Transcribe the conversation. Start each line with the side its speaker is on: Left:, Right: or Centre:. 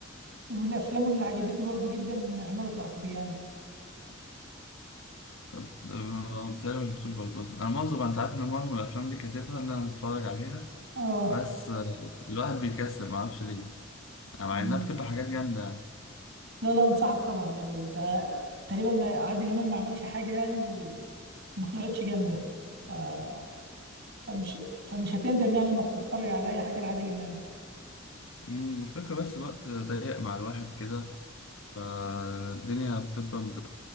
Right: ومن افلامه اللي عجبتني برضو جدا عمارة يعقوبيان
Left: أه، بتهيألي ما شفتوش برضه بس انا معظم انت عارف ان معظم الافلام دي كاتبها ان انا اتفرج عليها
Right: اه
Left: بس أه، الواحد بيكسل ما اعرفش ليه يعني مع
Right: امم
Left: انها بتبقى حاجات جامده يعني
Right: لا لا انصحك طبعا يعني انت تقريبا ما- عادل امام ما عملش حاجه يعني وما طلعتش جامده آه. فمش فمش هتندم يعني انك تتفرج على اي حاجه لعادل امام
Left: أمم، الفكره بس الوقت ضيق مع الواحد كده فالدنيا بتبقى مد-